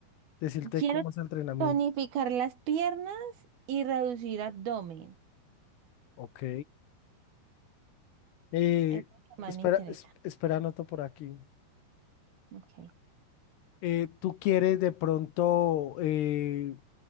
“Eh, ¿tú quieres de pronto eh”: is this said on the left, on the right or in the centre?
Left